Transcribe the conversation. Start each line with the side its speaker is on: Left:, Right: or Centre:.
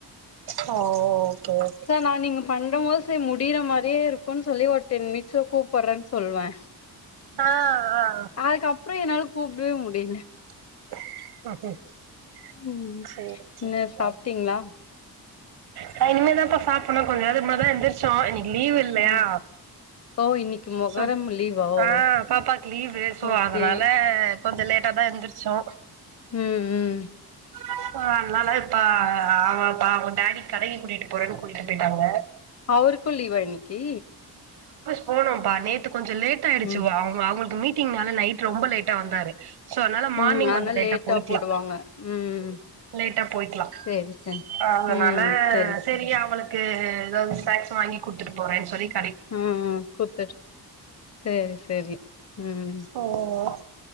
Right: ஓ ஓகே ஓகே
Left: சார் நா நீங்க பண் ணமோது சே முடிற மாரியே இருக்குன் சொல்லி ஓர் டென் மினிட்ஸ்ல கூப்படுறேன் சொல்வ
Right: ஆ ஆ
Left: அதுக்கப்றோ என்னால கூப்டே முடில
Right: <inaudible>
Left: ம்
Right: சேர் சேர்
Left: என்ன
Right: <unintelligible>
Left: சாப்ட்டீங்களா
Right: நா இனிமேல் தான்கா சாப்புட்னோ கொஞ்ச நேரத்க் முன்னாடி தா எந்திர்ச்சோ இன்னைக்கு லீவ் இல்லையா
Left: ம் ஓ இன்னைக்கு மொகரம்
Right: சோப்
Left: லீவா ஓ
Right: ஆஹ் பாப்பாக்கு லீவு சோ
Left: ஓகே
Right: அதனால கொஞ்சோ லேட் ட்டாதா எந்திரிச்சோ
Left: உம் உம்
Right: இப்ப அன்னால இப்போ அவுங்கப்பா டாடி கடைக்கி கூட்டிட்டு போறேன்னு கூட்டிட்டு போய்ட்டாங்க
Left: அவருக்கும் லீவா இன்னைக்கி
Right: போனோம்பா நேத்து கொஞ்சோ லேட் ஆயிடுச்சு
Left: ம்
Right: வா அவுங்க அவுங்ளுக்கு மீட்டிங்னால நைட் ரொம்ப லேட்டா வந்தாரு சோ அதுனால மார்னிங்
Left: ம் அதனால
Right: கொஞ்ச லேட்டா போயிட்டு
Left: போடுவாங்க ம்
Right: லேட்டா போய்க்லா
Left: சேரி சேரி
Right: அ அதுனால
Left: ம் சேரி சேரி
Right: செரி அவளுக்கு கு ஏதாவ்து ஸ்னாக்ஸ் வாங்கி குட்த்துட்டு போறேன்னு சொல்லிட்
Left: ம் ம் குட்துட் சேரி சேரி உம்
Right: ஓ